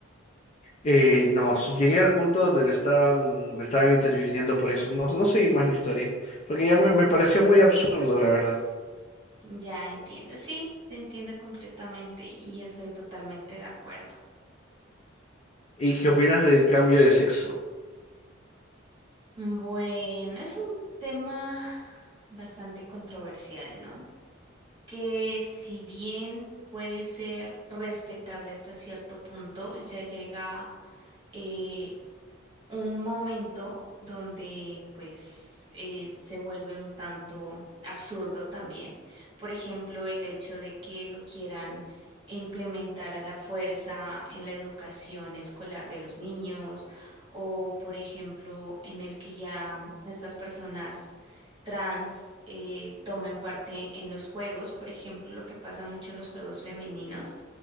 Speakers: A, on the left (about 35°); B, on the right (about 25°).
A: Eh, no, s- llegué al punto donde le estaban, le estaban interviniendo por eso. No, no seguí más la historia, porque ya me, me pareció muy absurdo, la verdad.
B: Ya entiendo, sí, te entiendo completamente y estoy totalmente de acuerdo.
A: ¿Y qué opinas del cambio de sexo?
B: Bueno, es un tema bastante controversial, ¿no? Que si bien puede ser respetable hasta cierto punto, ya llega eh, un momento donde pues eh, se vuelve un tanto absurdo también. Por ejemplo, el hecho de que lo quieran implementar a la fuerza en la educación escolar de los niños o, por ejemplo, en el que ya estas personas trans eh, tomen parte en los juegos, por ejemplo, lo que pasa mucho en los juegos femeninos